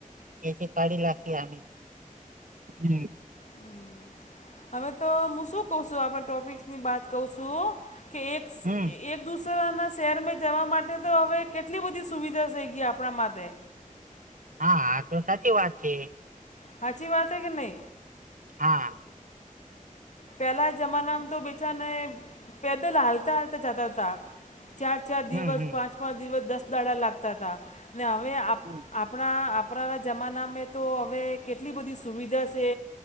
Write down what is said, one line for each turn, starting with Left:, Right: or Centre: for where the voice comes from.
Right: એ સી કાઢી નાખી અમે. હમ.
Left: હમ હવે તો હું શું કઉ છું આપણા ટોપિક્સની બાત કઉ છું હો. કે એક
Right: હમ
Left: એક દુસરાના શહેરમાં જવા માટે તો હવે કેટલી બધી સુવિધા થઈ ગયા આપણા માટે.
Right: હા આ તો સાચી વાત છે.
Left: હાચી વાત છે કે નહિ?
Right: હા.
Left: પહેલા જમાનામાં તો બેચાને પેદલ હાલતા હાલતા જતા હતા. ચાર ચાર
Right: હમ
Left: દિવસ
Right: હમ
Left: પાંચ પાંચ દિવસ દસ દાડા લાગતા હતા, ને હવે
Right: હમ.
Left: આપણા આપણા જમાનામાં તો હવે કેટલી બધી સુવિધા છે.